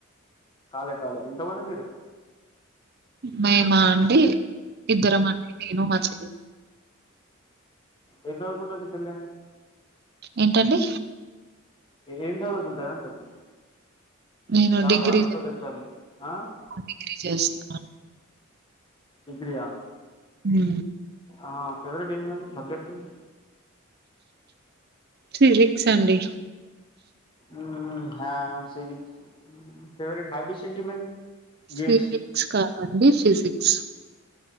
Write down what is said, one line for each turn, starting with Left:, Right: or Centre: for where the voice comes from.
Left: కాలే కాలే ఎంత మంది మీరు
Right: మేమా అండి ఇద్దరం అండి నేను మా చెల్లె
Left: ఏం చదుకూంటది మీ చెల్లె
Right: ఏంటండి
Left: ఏం చదువుకుంటాది అంటన్న
Right: నేను
Left: జాబ్
Right: డిగ్రీ
Left: ఆ లేకపోతే స్టడీసా
Right: డిగ్రీ చేస్తున్నా
Left: డిగ్రీ ఆ
Right: హ
Left: ఆ ఫేవరెట్ ఏంటండి సబ్జెక్ట్
Right: ఫిజిక్స్ అండి
Left: ఆ హా సివిక్స్ ఫేవరెట్ హాబీస్ ఏంటి మరి
Right: పిజిక్స్
Left: గేమ్స్
Right: కాదండి ఫిజిక్స్